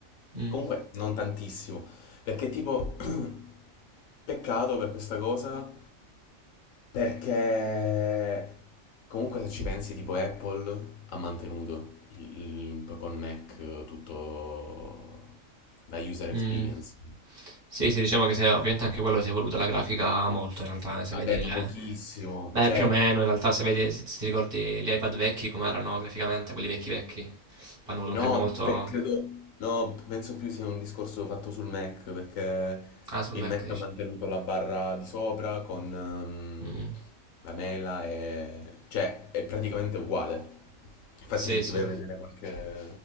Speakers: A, on the right; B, on the left.
A: Mm,
B: Comunque non tantissimo. Perché tipo, <clears throat> peccato per questa cosa, perché comunque se ci pensi tipo Apple ha mantenuto il, il- con Mac eh, tutto la user experience.
A: mm. Sì, sì, diciamo che se, ovviamente anche quello si è evoluta la grafica molto in realtà, eh, se
B: Vabbè,
A: vedi
B: ma
A: le,
B: pochissimo.
A: Beh,
B: Cioè,
A: più o meno, in realtà se vedi, se ti ricordi gli iPad vecchi come erano graficamente, quelli vecchi vecchi, poi hanno avuto
B: No,
A: un cambio molto...
B: pe- credo, no, penso più sia un discorso fatto sul Mac, perché
A: Ah, sul
B: il
A: Mac
B: Mac
A: dici?
B: ha mantenuto la barra di sopra con ehm,
A: Mm.
B: la mela e... cioè è praticamente uguale. Infatti
A: Sì,
B: se
A: sì.
B: ti vai a vedere qualche,